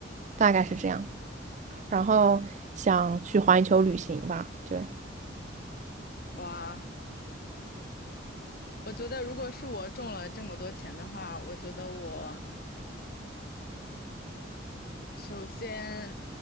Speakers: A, on the right; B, on the left.
A: 大概是这样。然后想去环球旅行吧，对，
B: 哇。我觉得如果是我中了这么多钱的话，我觉得我首先